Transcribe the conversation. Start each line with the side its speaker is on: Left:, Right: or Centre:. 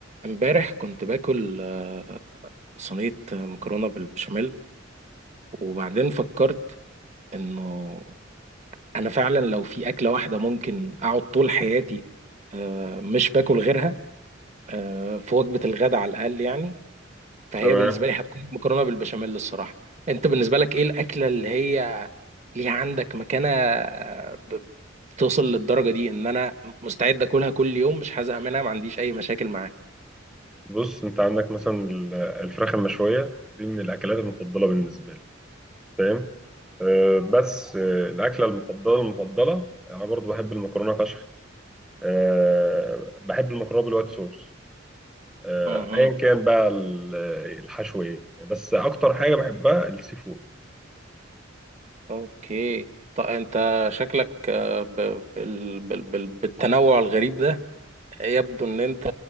Right: امبارح كنت باكل آه، صينية مكرونة بالبشاميل وبعدين فكرت انه انا فعلا لو في اكلة واحدة ممكن اقعد طول حياتي آه، مش باكل غيرها آه، في وجبة الغداء على الاقل يعني فهي
Centre: تمام
Right: بالنسبة لي هتكون مكرونة بالبشاميل الصراحة انت بالنسبة لك ايه الاكلة اللي هي ليها عندك مكانة ب- بتوصل للدرجة دي ان انا مستعد اكلها كل يوم مش هزهق منها ما عنديش اي مشاكل
Centre: بص انت عندك مثلا ال- الفراخ المشويه دي من الاكلات المفضله بالنسبه لي فاهم أه بس أه الاكله المفضله المفضله انا برضو بحب المكرونه فشخ أه بحب المكرونه بالوايت صوص أه
Right: معاها
Centre: ايا كان بقى ال- الحشو ايه بس اكتر حاجه بحبها السي فود
Right: اوكي طب انت شكلك آه، ب... بال... بال... بال... بالتنوع الغريب ده يبدو ان انت